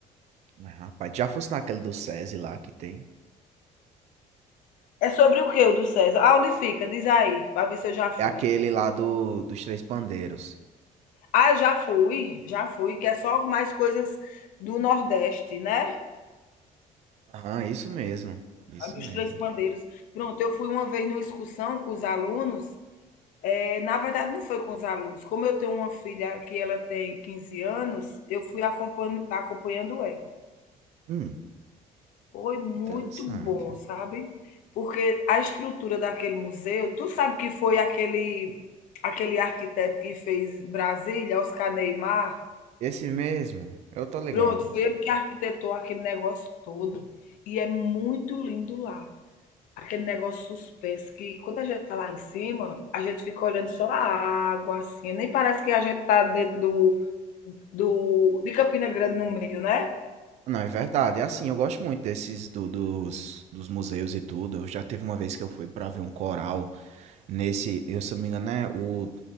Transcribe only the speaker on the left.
É sobre o que o do César? Ah, onde fica? Diz aí, para ver se eu já fui.
Ah, já fui, já fui, que é só mais coisas do Nordeste, né?
A dos
três pandeiros. Pronto, eu fui uma vez numa excursão com os alunos. É, na verdade, não foi com os alunos. Como eu tenho uma filha que ela tem 15 anos, eu fui acompanhando. acompanhando ela.
Foi muito
bom, sabe? Porque a estrutura daquele museu, tu sabe que foi aquele aquele arquiteto que fez Brasília, Oscar Neymar?
Pronto, foi ele que arquitetou aquele negócio todo. E é muito lindo lá. Aquele negócio suspenso que quando a gente tá lá em cima, a gente fica olhando só a água, assim, nem parece que a gente tá dentro do, do de Campina Grande no meio, né?